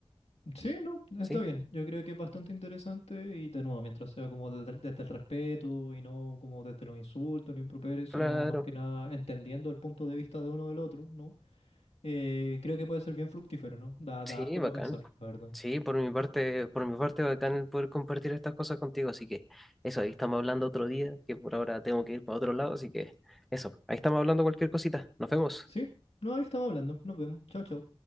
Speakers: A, on the left (about 85°); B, in the centre.
A: Sí, no, está
B: Sí,
A: bien. Yo creo que es bastante interesante y de nuevo, mientras sea como desde, el desde el respeto y no como desde los insultos, los improperios,
B: claro.
A: sino más que nada entendiendo el punto de vista de uno del otro, ¿no? Eh, creo que puede ser bien fructífero, ¿no? Da,
B: Sí,
A: da harto
B: bacán.
A: para pensar, la verdad.
B: Sí, por mi parte, por mi parte, bacán el poder compartir estas cosas contigo. Así que eso, ahí estamos hablando otro día, que por ahora tengo que ir para otro lado. Así que eso, ahí estamos hablando cualquier cosita. Nos vemos.
A: Sí, no, ahí estamos hablando. Nos vemos. Chao, chao.